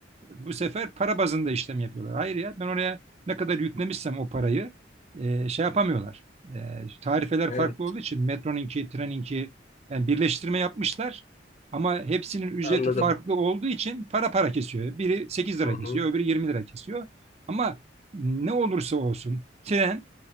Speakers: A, on the right; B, on the left.
A: Bu sefer para bazında işlem yapıyorlar. Hayır ya ben oraya ne kadar yüklemişsem o parayı e, şey yapamıyorlar. E, tarifeler
B: Evet.
A: farklı olduğu için metronunki, treninki yani birleştirme yapmışlar. Ama hepsinin ücreti
B: Anladım.
A: farklı olduğu için para para kesiyor. Biri 8 lira
B: Hı
A: kesiyor,
B: hı.
A: öbürü 20 lira kesiyor. Ama ne olursa olsun tren